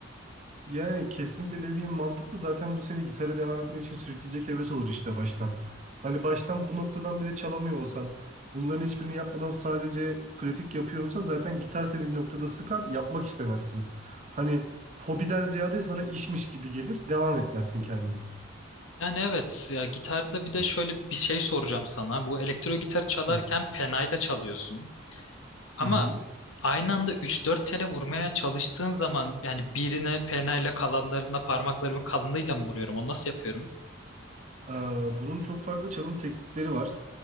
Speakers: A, on the right; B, on the left.
A: Yani kesinlikle dediğim mantıklı. Zaten bu seni gitara devam etmek için sürükleyecek heves olur işte baştan. Hani baştan bu noktadan bile çalamıyor olsan, bunların hiçbirini yapmadan sadece pratik yapıyor olsan zaten gitar seni bir noktada sıkar, yapmak istemezsin. Hani hobiden ziyade sana işmiş gibi gelir, devam etmezsin kendin.
B: Yani evet ya gitarda bir de şöyle bir şey soracağım sana. Bu elektro gitar çalarken
A: <laughs>
B: penayla çalıyorsun.
A: Hı
B: Ama
A: hı.
B: aynı anda üç dört tele vurmaya çalıştığın zaman yani birine penayla kalanlarına parmaklarımı kalınlığıyla mı vuruyorum? Onu nasıl yapıyorum?
A: Ee, bunun çok farklı çalım teknikleri var.